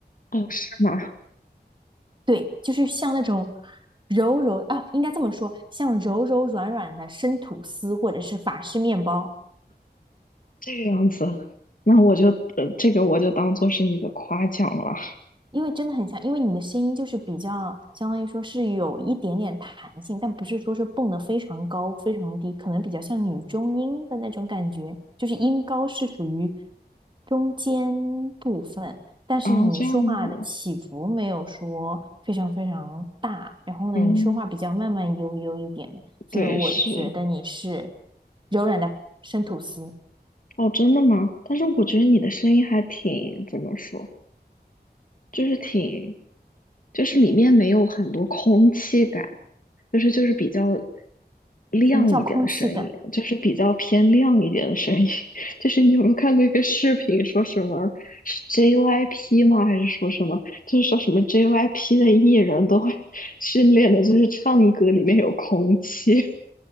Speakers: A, on the left (about 50°); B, on the right (about 25°).
A: 哦，是吗？
B: 对，就是像那种。柔柔啊，应该这么说，像柔柔软软的生吐司或者是法式面包，
A: 这个样子，那我就呃，这个我就当做是你的夸奖了。
B: 因为真的很像，因为你的声音就是比较，相当于说是有一点点弹性，但不是说是蹦得非常高、非常低，可能比较像女中音的那种感觉，就是音高是属于中间部分，但是呢，
A: 啊，
B: 你说话的起伏没有说非常非常大，
A: 这样子，
B: 然后呢，
A: 嗯，
B: 你说话比较慢慢悠悠一点的，所以我觉得你是
A: 对，是，
B: 柔软的生吐司。
A: 哦，真的吗？但是我觉得你的声音还挺，怎么说，就是挺，就是里面没有很多空气感，就是就是比较亮一点的声音，
B: 什么叫空气感？
A: 就是比较偏亮一点的声音。<laughs> 就是你有没有看过一个视频，说什么是 JYP 吗？还是说什么？就是说什么 JYP 的艺人都会 <laughs> 训练的，就是唱歌里面有空气。